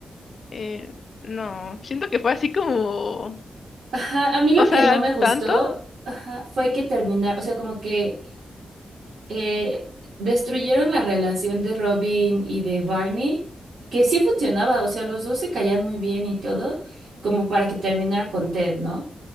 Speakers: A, on the left; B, on the right.
A: eh, no, siento que fue así como,
B: Ajá, a mí lo
A: o sea,
B: que no me gustó,
A: tanto.
B: ajá, fue que terminar, o sea, como que eh, destruyeron la relación de Robin y de Barney, que sí funcionaba, o sea, los dos se caían muy bien y todo, como para que terminara con Ted, ¿no?